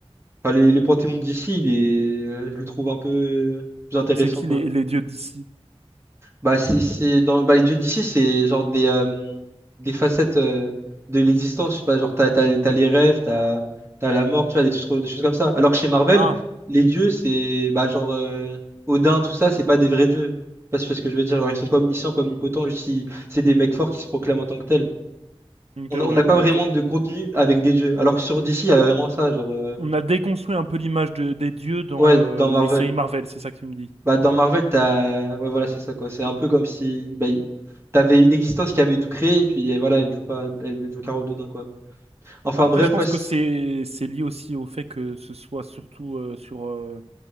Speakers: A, on the right (about 25°); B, on the right (about 80°).
A: Enfin, les, les panthéons de DC, il est- euh, je le trouve un peu plus intéressant,
B: C'est qui
A: quoi.
B: les, les dieux d'ici?
A: Bah, c'est, c'est dans, bah, les dieux d'ici, c'est genre des, euh, des facettes euh, de l'existence. Je sais pas, genre, t'as, t'as, t'as les rêves, t'as, t'as la mort, tu vois, des, trucs- des choses comme ça. Alors que chez Marvel,
B: Ah,
A: les dieux, c'est, bah, genre, euh, Odin, tout ça, c'est pas des vrais dieux. Je sais pas si tu vois ce que je veux dire. Genre, ils sont pas omniscients, pas omnipotents, juste ils- c'est des mecs forts qui se proclament en tant que tels.
B: ok,
A: On
B: ouais.
A: a- on n'a pas
B: Donc,
A: vraiment
B: on
A: de contenu avec des dieux. Alors que sur DC, il y a vraiment ça, genre, euh,
B: on a déconstruit un peu l'image de- des dieux dans
A: ouais,
B: euh,
A: dans
B: les
A: Marvel.
B: séries Marvel, c'est ça que tu me dis.
A: Bah, dans Marvel, t'as... Ouais, voilà, c'est ça, quoi. C'est un peu comme si bah, y- t'avais une existence qui avait tout créé, et puis euh, voilà, elle joue pas, elle joue qu'un rôle dedans, quoi. Enfin,
B: Après,
A: bref,
B: je pense
A: ouais. c-
B: que c'est c'est lié aussi au fait que ce soit surtout euh, sur euh,